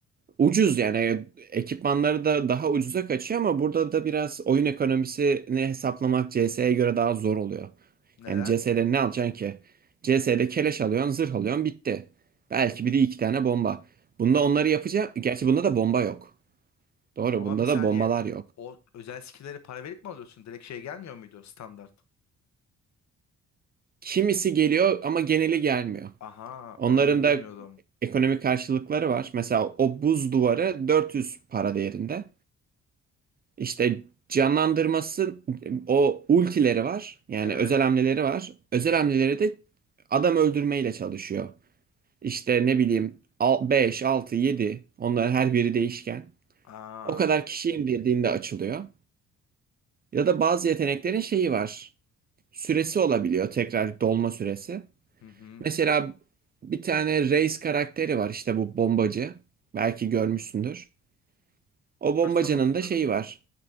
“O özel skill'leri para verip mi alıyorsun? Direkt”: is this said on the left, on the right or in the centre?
Left